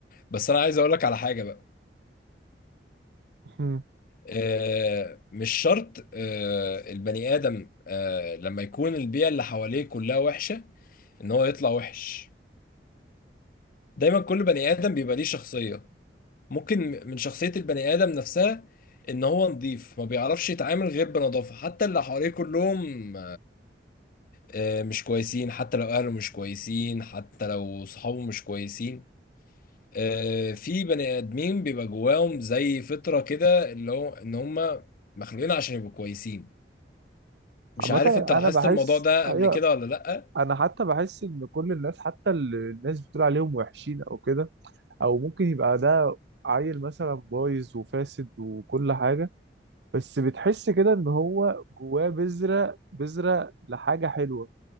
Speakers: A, on the left; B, on the right.
A: بس أنا عايز أقولك على حاجة بقى
B: مم.
A: آه، مش شرط آه، البني آدم آه، لما يكون البيئة اللي حواليه كلها وحشة إن هو يطلع وحش دايما كل بني آدم بيبقى ليه شخصية ممكن من شخصية البني آدم نفسها إن هو نضيف ما بيعرفش يتعامل غير بنظافة حتى اللي حواليه كلهم آه، مش كويسين حتى لو أهله مش كويسين حتى لو صحابه مش كويسين آه، في بني آدمين بيبقى جواهم زي فطرة كده اللي هو إن هم مخلوقين عشان يبقوا كويسين مش
B: عامة
A: عارف أنت
B: أنا
A: لاحظت
B: بحس
A: الموضوع ده
B: أيوه
A: قبل كده ولا لأ
B: أنا حتى بحس إن كل الناس حتى اللي الناس بتقول عليهم وحشين أو كده أو ممكن يبقى ده عيل مثلا بايظ وفاسد وكل حاجة بس بتحس كده ان هو جواه بذرة بذرة لحاجة حلوة